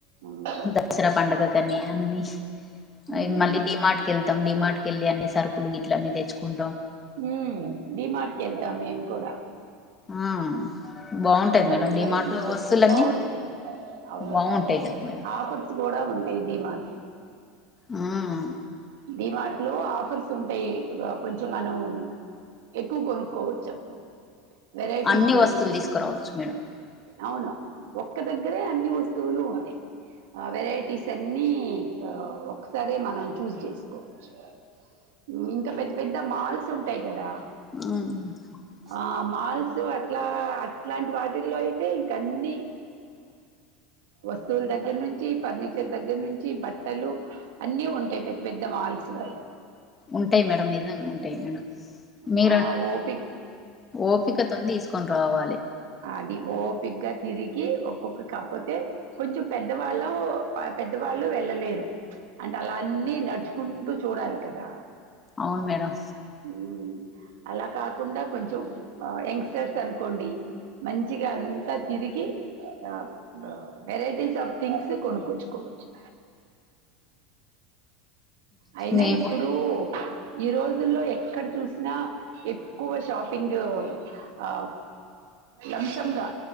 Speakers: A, on the right (about 80°); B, on the left (about 15°).
A: ఉమ్,
B: దసరా పండగకని
A: అవును
B: అన్ని అండ్
A: ఉమ్,
B: మళ్ళీ డీమార్ కెళ్తాం ధీమార్కెలి అన్ని సరుకులు గీట్ల అన్ని తెచ్చుకుం
A: ఉమ్ డిమార్ట్కెల్తం మేం కూడా
B: ఆ బాగుంటది
A: సరుకులు
B: మేడం డిమార్ట్
A: అయ్యన్ని
B: లో
A: తెచ్చు
B: వస్తువులన్నీ
A: బాగుంటాయిండి అవును
B: బాగుంటాయి
A: అవును
B: కదా మేడం
A: ఆఫర్స్ గూడా ఉండేది మాక్
B: ఉమ్
A: డీ మాట్లో ఆఫర్స్ ఉంటాయి కొంచెం మనవ్ ఎక్కువ కొనుకోవచ్చు అప్పుడు వెరైటీస్
B: అన్ని
A: దొరుకుతయి
B: వస్తువులు తీసుకురావచ్చు మేడం
A: అవును ఒక్క దగ్గరే అన్ని వస్తువులు ఉంటాయి ఆ వెరైటీస్ అన్ని ఆ ఒకసారే మనం చూస్ జేసుకోవచ్చు ఉమ్ ఇంకా పెద్ద పెద్ద మాల్స్ ఉంటాయి గదా
B: మ్
A: ఆ మాల్స్ అట్లా అట్లాంటి వాటిల్లో అయితే ఇంక అన్ని వస్తువుల దగ్గర నుంచి ఫర్నిచర్ దగ్గర నుంచి బట్టలు అన్ని ఉంటాయి పెద్ద పెద్ద మాల్ సున్నై
B: ఉంటాయి మేడం నిజంగా ఉంటాయి మేడం మీర
A: ఆ ఓపిక్
B: ఓపికతోన్ దిస్కొనిరవాలి
A: అది ఓపిగ్గా తిరి గి ఒక్కొక్క కాపోతే కొంచెం పెద్దవాళ్ళు ఆపెద్దవాళ్ళు వెళ్ళలేరు అంటే అలా అన్ని నడుచుకుంటూ చూడాలి కదా
B: అవును మేడం
A: మ్మ్ అలా కాకుండా కొంచెం ఆ యంగ్స్టర్స్ అనుకోండి మంచిగా అంతా తిరిగి ఆ వెరైటీస్ ఆఫ్ థింగ్స్ కొనుక్కచ్చుకో చూ అయినా
B: మేము
A: ఇప్పుడు ఈ రోజుల్లో ఎక్కడ చూసినా ఎక్కువ షాపింగు ఆ లంశంగా